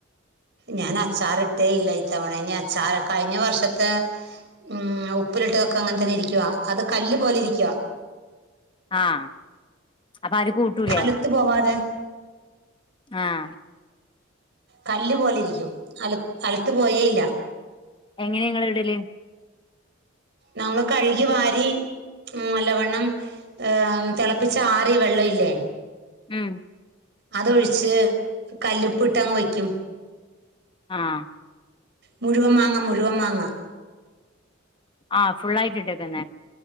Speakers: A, on the right (about 60°); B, on the left (about 25°).
A: ഞാൻ അച്ചാറിട്ടേ ഇല്ല ഇത്തവണ ഇനി അച്ചാർ കഴിഞ്ഞ വർഷത്തെ ഉം ഉപ്പിലിട്ടതൊക്കെ അങ്ങനെ തന്നെ ഇരിക്കുവ അത് കല്ല് പോലെ ഇരിക്കുവ.
B: ആഹ് അപ്പ അര് കൂട്ടൂല്ലേ?
A: അലത്ത് പോവാതെ
B: ആഹ്.
A: കല്ല് പോലെ ഇരിക്കും അല അലത്ത് പോയെയില്ല.
B: എങ്ങനെ നിങ്ങള് ഇടല്?
A: നങ്ങള് കഴുകി വാരി ഉം നല്ലവണ്ണം ഏഹ് തിളപ്പിച്ചാറിയ വെള്ളം ഇല്ലേ?
B: ഉം
A: അതൊഴിച്ച് കല്ലുപ്പ് ഇട്ടങ്ങ് വയ്ക്കും.
B: ആഹ്.
A: മുഴുവൻ മാങ്ങ മുഴുവൻ മാങ്ങ.
B: ആഹ് ഫുള്ളായിട്ടിട്ട് തന്നെ